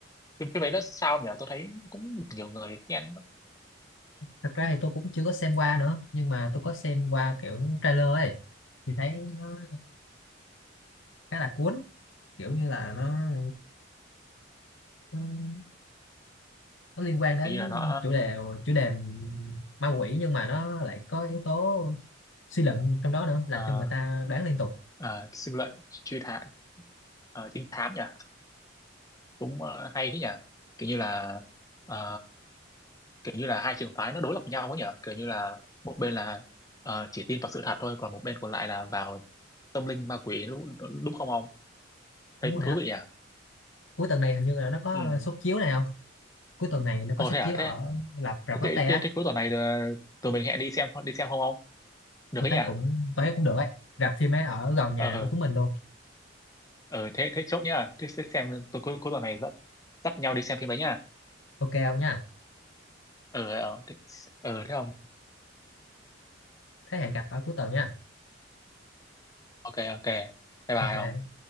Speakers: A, on the left; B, on the left.
A: phim phim đấy nó sao nhỉ tôi thấy cũng được nhiều người khen
B: thật ra thì tôi cũng chưa có xem qua nữa nhưng mà tôi có xem qua kiểu trailer ấy thì thấy nó khá là cuốn kiểu như là nó, nó nó liên quan đến
A: Hình như là nó
B: chủ đề chủ đề ma quỷ nhưng mà nó lại có yếu tố suy luận trong đó nữa làm
A: ờ,
B: cho người ta đoán liên tục
A: ờ, sinh lợi truy thám ờ, trinh thám nhỉ cũng ờ, hay thế nhỉ kiểu như là ờ, kiểu như là hai trường phái nó đối lập nhau ấy nhỉ kiểu như là một bên là ờ, chỉ tin vào sự thật thôi còn một bên còn lại là vào tâm linh ma quỷ đúng, đúng không ông thấy
B: đúng
A: cũng
B: rồi
A: thú
B: á
A: vị nhỉ
B: cuối tuần này hình như là nó có
A: ừ
B: suất chiếu này không cuối tuần này nó
A: ồ
B: có suất
A: thế à
B: chiếu ở
A: thế
B: rạp rạp Lotte
A: thế, thế,
B: á
A: thế cuối tuần này ờ, tụi mình hẹn đi xem đi xem không không được
B: tôi
A: ấy
B: thấy
A: nhỉ
B: cũng tôi thấy cũng được ấy rạp phim ấy ở gần nhà
A: ờ
B: của chúng mình luôn
A: ờ thế thế chốt nhá thế, thế xem tụi cuối cuối tuần này dắt dắt nhau đi xem phim đấy nhá
B: ok không nha
A: ờ ờ thế, ờ, thế không
B: thế hẹn gặp ở cuối tuần nha
A: ok ok bye bye
B: ok
A: không